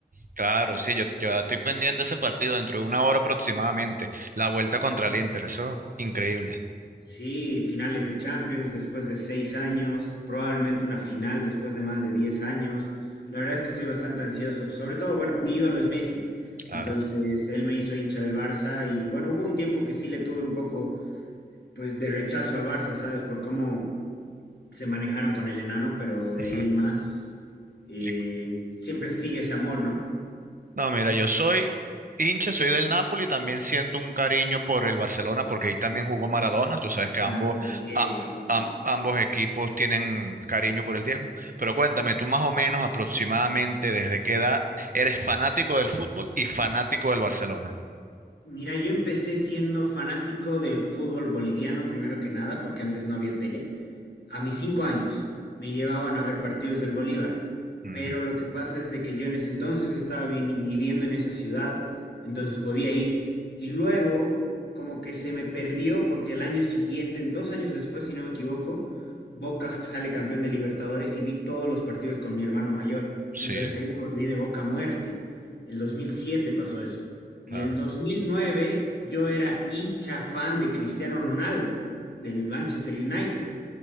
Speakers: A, on the right; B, on the left.
A: Claro, sí, yo, yo estoy pendiente de ese partido dentro de una hora aproximadamente. La vuelta contra el Inter, eso, increíble,
B: Sí, finales de Champions después de seis años, probablemente una final después de más de diez años. La verdad es que estoy bastante ansioso. Sobre todo, bueno, mi ídolo es Messi.
A: claro.
B: Entonces, él me hizo hincha del Barça y bueno, hubo un tiempo que sí le tuve un poco, pues, de rechazo al Barça, ¿sabes? Por cómo se manejaron con el enano, pero de
A: <laughs>
B: ahí en más, eh,
A: Ujú.
B: siempre sigue ese amor, ¿no?
A: No, mira, yo soy hincha, soy del Napoli, también siento un cariño por el Barcelona porque ahí también jugó Maradona, tú sabes que ambos,
B: Claro, por el Diego,
A: a-
B: claro.
A: am- ambos equipos tienen cariño por el Diego. Pero cuéntame, tú más o menos aproximadamente desde qué edad eres fanático del fútbol y fanático del Barcelona.
B: Mira, yo empecé siendo fanático de fútbol boliviano primero que nada, porque antes no había tele. A mis cinco años me llevaban a ver partidos del Bolívar,
A: Mm,
B: pero lo que pasa es de que yo en ese entonces estaba vini- viviendo en esa ciudad, entonces podía ir. Y luego, como que se me perdió porque el año siguiente, en dos años después, si no me equivoco, Boca sale campeón de Libertadores y vi todos los partidos con mi hermano mayor.
A: sí,
B: Entonces ahí me volví de Boca a muerte. El 2007 pasó eso.
A: claro.
B: Y el 2009 yo era hincha fan de Cristiano Ronaldo, del Manchester United.